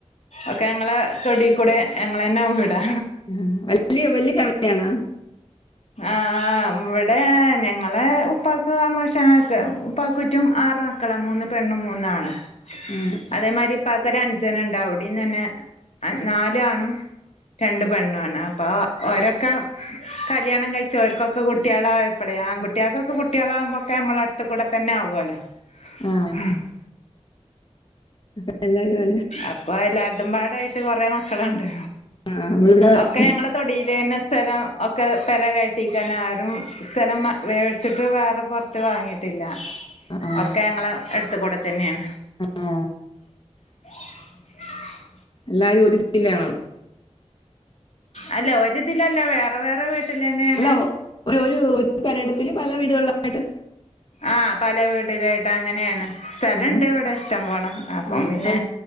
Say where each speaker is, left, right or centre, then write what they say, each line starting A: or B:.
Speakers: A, on the left; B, on the left.
A: ഒക്കെ ഞങ്ങളെ തൊടിക്കൂടെ ഞങ്ങളെന്നെ വീടാ
B: ആഹ് വല്യ വല്യ ഫാമിലിയാണാ?
A: ആഹ് ഇവിടെ ഞങ്ങളെ ഉപ്പാക്ക് അമ്മോശാനൊക്കൊ ഉപ്പാക്കുറ്റും ആറ് മക്ക ക്കളാ മൂന്ന് പെണ്ണും മൂന്നാണും
B: <unintelligible>
A: അതേമാരി ഇപ്പാക്കൊരു അൻജന്ണ്ട് ഇണ്ട് അവിടേം തന്നെ നാലാണും രണ്ട് പെണ്ണുവാണ് അപ്പാ ഒരൊക്കെ കല്യാണം കഴിച്ച് ഓര്ക്കൊക്കെ കുട്ട്യാള് ആയപ്പളെ ആൺകുട്ടിയാൾക്കെക്കെ കുട്ട്യാളാവുമ്പോക്കെ നമ്മളെ അടുതു കൂടെ തന്നെ ആവോല്ലോ
B: ആഹ്
A: ആ
B: അപ്പ എന്താ പോലെ
A: അപ്പൊ എല്ലാരതും പാടായിട്ട് കൊറെ മക്കളുണ്ട്
B: ആ, നമ്മളിവിടെ ആ
A: ഒക്കെ ഞങ്ങള് തൊടിലെന്നെ സ്ഥലം ഒക്കെ പെര കയറ്റിക്കാണ് ആരും സ്ഥലം മ വേടിച്ചിട്ട് വേറെ പൊറത്ത് ത്ത് വാങ്ങിയിട്ടില്ല
B: ആ,
A: ഒക്കെ ഞങ്ങളെ അടുത്ത് കൂടെ തന്നെയാണ്
B: ആ.
A: <inaudible>
B: എല്ലാരും ഒരു <unintelligible>
A: അല്ല ഒരിതിലല്ല വേറെ വേറെ വീട്ടിലെന്നെയാണ്
B: അല്ല ഒ- ഒരു ഒര് പെരയെടത്തില് പല വീടുകളിലായിട്ട്
A: ആഹ് പല വീടിലായിട്ട് അങ്ങനെയാണ് സ്ഥലണ്ട്
B: ഉം.
A: ഇവിടെ ഇഷ്ട്ടം പോണം അപ്പം
B: ആ, അപ്പൊ
A: പിന്നെ